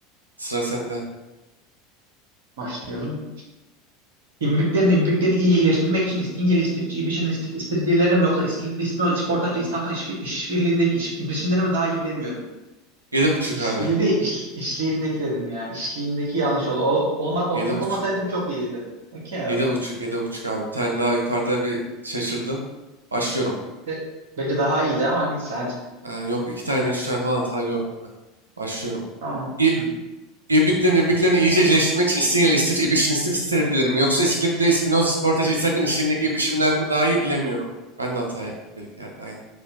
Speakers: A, on the right; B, on the right.
A: Sıra sende.
B: başlıyorum. İbibiklerin ibibikleri iyice iyileştirmek için İstingeli, İstifçi, İbiş'in istif, İstiridyeleri mi yoksa İskilipli, İsmail, İşportacı, İshak'ın iş, işbirliğindeki iş, ibrişimleri mi daha iyi bilemiyorum.
A: Yedi buçuk
B: İşbirliği
A: abi.
B: değil, iş, işliğindeki dedim ya. İşliğindeki yanlış oldu. O, olma, orada
A: Yedi
B: takılmasaydım
A: buçuk.
B: çok iyiydi. Okey
A: Yedi
B: abi.
A: buçuk, yedi buçuk abi. Bir tane daha yukarıda bir şaşırdın. Başlıyorum.
B: Be- Belki daha iyiydi ama neyse hadi.
A: Ee, yok iki tane, üç tane falan hata gördüm ben. Başlıyorum.
B: Tamam.
A: İ
B: Hı hı.
A: İbriklerin ibriklerini iyice iyileştirmek için İstinye istif İbriş'in istif stratejileri mi? Yoksa İskilip'le İspinoza Sportaj İshak'ın işlerindeki ibrişimler mi daha iyi bilemiyorum. Ben de hata yaptım bir iki yerde aynı.